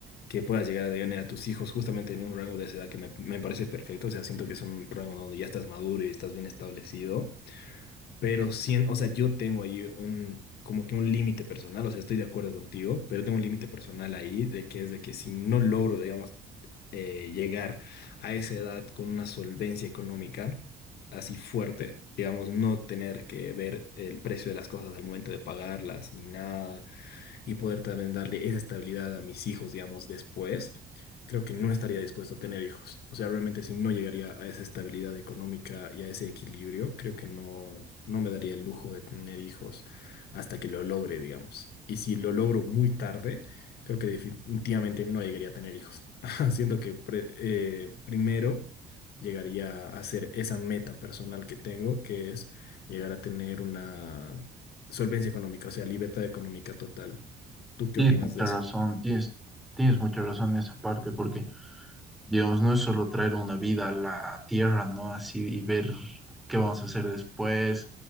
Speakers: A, on the left; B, in the centre.
A: que puedas llegar a tener a tus hijos justamente en un rango de esa edad que me, me parece perfecto, o sea, siento que es un rango donde ya estás maduro y estás bien establecido pero siento, o sea, yo tengo ahí un, como que un límite personal, o sea, estoy de acuerdo contigo, pero tengo un límite personal ahí de que es de que si no logro, digamos, eh, llegar a esa edad con una solvencia económica así fuerte, digamos, no tener que ver el precio de las cosas al momento de pagarlas ni nada y poder también darle esa estabilidad a mis hijos, digamos, después, creo que no estaría dispuesto a tener hijos. O sea, realmente si no llegaría a esa estabilidad económica y a ese equilibrio, creo que no, no me daría el lujo de tener hijos hasta que lo logre, digamos. Y si lo logro muy tarde, creo que definitivamente no llegaría a tener hijos. <laughs> Siento que pre- eh, primero llegaría a hacer esa meta personal que tengo, que es llegar a tener una solvencia económica, o sea, libertad económica total. ¿Tú qué
B: Tienes
A: opinas
B: mucha
A: de eso?
B: razón, tienes, tienes mucha razón en esa parte, porque Dios, no es solo traer una vida a la tierra, ¿no? Así y ver qué vamos a hacer después,